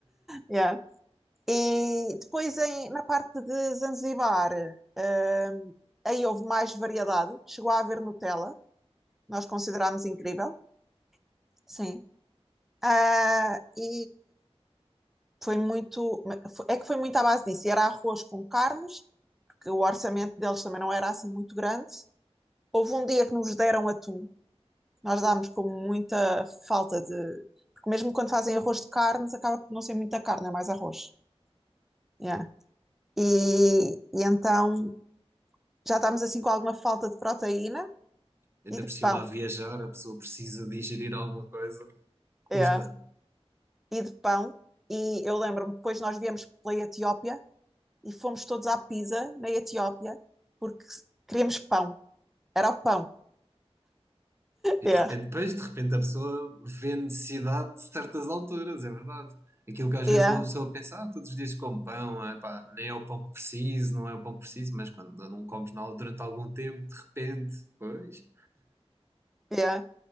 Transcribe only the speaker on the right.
Ainda
por cima,
a viajar, a pessoa precisa digerir alguma coisa, custa.
E
de repente, pois, de repente a pessoa vê necessidade de certas alturas, é verdade. Aquilo que às
vezes uma pessoa pensa, ah, todos os dias como pão, ah, pá, nem é o pão que preciso, não é o pão que preciso, mas quando não comes na- durante algum tempo, de repente, pois,